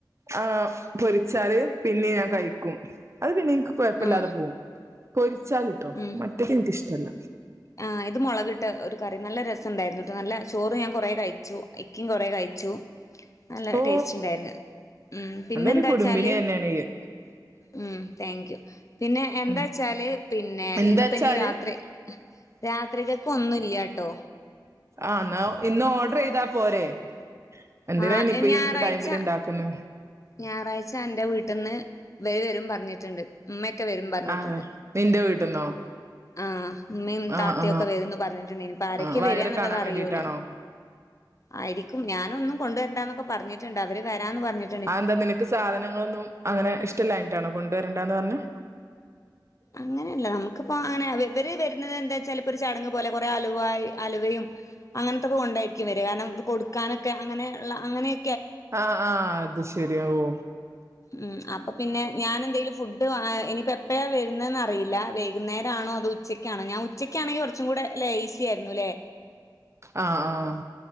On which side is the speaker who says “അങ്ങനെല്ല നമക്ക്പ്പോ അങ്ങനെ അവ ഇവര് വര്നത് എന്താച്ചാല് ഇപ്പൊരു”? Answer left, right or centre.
Left